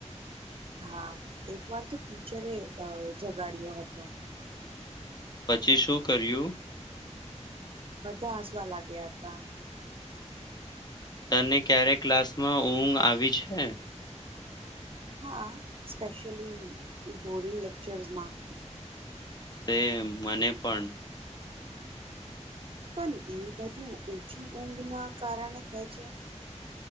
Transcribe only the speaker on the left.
પછી શું કર્યું
તને ક્યારે ક્લાસમાં ઊંઘ આવી છે.
સેમ મને પણ